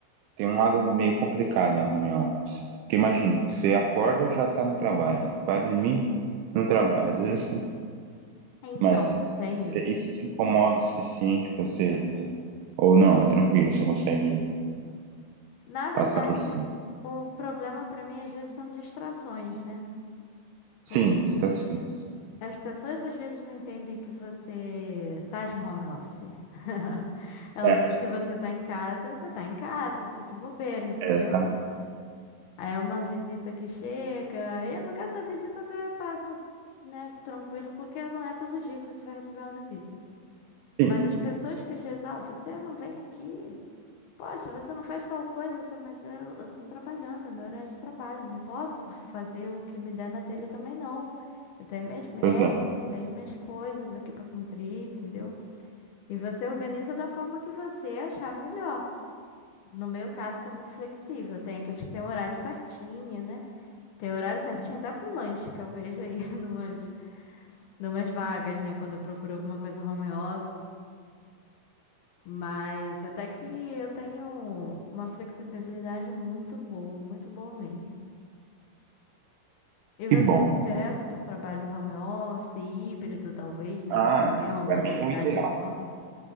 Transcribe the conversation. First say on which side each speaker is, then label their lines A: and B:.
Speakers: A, on the right; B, on the left.
A: tem um lado meio complicado, né, o home office. Porque imagina, você acorda, já tá no trabalho. Vai dormir, no trabalho. Às vezes
B: Então,
A: Mas
B: tem
A: se
B: isso.
A: isso te incomoda o suficiente pra você. Ou não, é tranquilo, você consegue
B: Na verdade,
A: passar por cima.
B: o problema pra mim às vezes são distrações, né?
A: Sim,
B: Porque assim,
A: distrações.
B: as pessoas às vezes não entendem que você tá de home office. <laughs> Elas
A: É,
B: acham que você tá em casa, você tá em casa, tá de bobeira, entendeu?
A: é exatamente.
B: Aí é uma visita que chega. E no caso, a visita até passa, né, tranquilo, porque não é todo dia que você vai receber uma visita.
A: Sim,
B: Mas as pessoas que às vezes, ó, você não vem aqui. Poxa, você não faz tal coisa, você, mas eu, eu tô trabalhando, é meu horário de trabalho, não posso fazer o que me der na telha também não. Eu tenho minhas metas,
A: pois é.
B: eu tenho minhas coisas aqui pra cumprir, entendeu? E você organiza da forma que você achar melhor. No meu caso, que é muito flexível, tem aqueles que têm o horário certinho, né? Tem horário certinho até pro lanche, que eu vejo aí <laughs> numas, numas vagas, né? Quando eu procuro alguma coisa home office. Mas até que eu tenho uma flexibilidade muito boa, muito boa mesmo. E você
A: Que bom.
B: se interessa por trabalho home office, híbrido, talvez, né?
A: Ah,
B: Que também
A: não,
B: é uma
A: pra
B: modalidade
A: mim é o ideal.
B: nova.